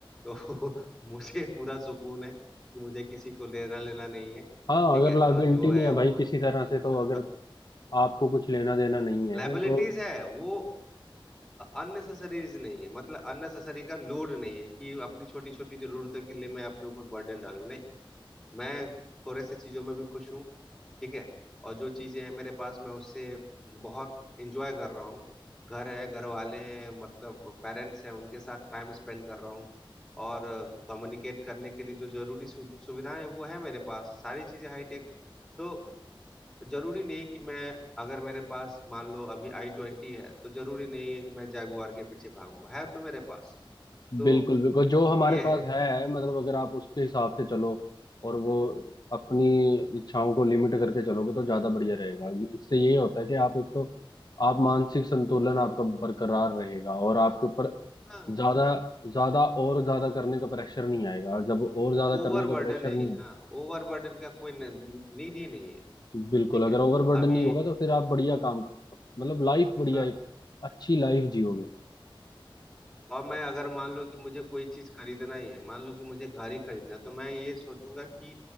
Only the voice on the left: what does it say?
हाँ
अगर
लाइबिलिटी
नहीं है
भाई किसी तरह से
तो अगर आपको कुछ लेना देना नहीं है
तो
बिल्कुल बिल्कुल जो हमारे
पास
है मतलब अगर आप उसके हिसाब से चलो और वो अपनी इच्छाओं को लिमिट करके चलोगे तो ज्यादा बढ़िया रहेगा इससे ये होता है कि आप एक तो आप मानसिक संतुलन आपका बरकरार रहेगा और आपके ऊपर
ज्यादा ज्यादा और ज्यादा करने का प्रेशर नहीं आएगा जब और ज्यादा
करने का प्रेशर
नहीं
बिल्कुल अगर
ओवरबर्डन
नहीं होगा तो फिर आप बढ़िया काम मतलब लाइफ बढ़िया
एक अच्छी लाइफ जियोगे